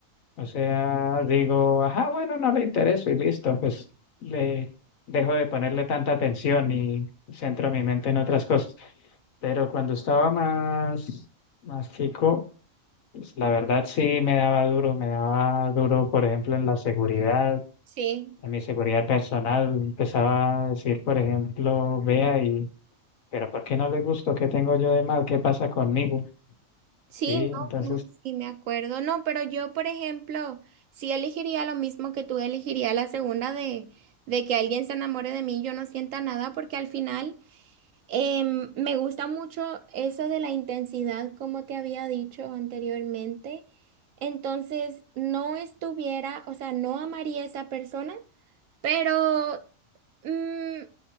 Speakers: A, on the left; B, on the right.
A: O sea, digo, ajá, bueno, no le intereso y listo, pues le dejo de ponerle tanta atención y centro mi mente en otras cosas. Pero cuando estaba más, más chico, pues, la verdad sí me daba duro, me daba duro, por ejemplo, en la seguridad,
B: sí.
A: en mi seguridad personal. Empezaba a decir, por ejemplo, vea y, pero ¿por qué no le gusto? ¿Qué tengo yo de mal? ¿Qué pasa conmigo?
B: Sí,
A: Sí,
B: no,
A: entonces,
B: no, sí me acuerdo. No, pero yo, por ejemplo, sí elegiría lo mismo que tú, elegiría la segunda de, de que alguien se enamore de mí y yo no sienta nada, porque al final em, me gusta mucho eso de la intensidad, como te había dicho anteriormente. Entonces, no estuviera, o sea, no amaría a esa persona, pero mm,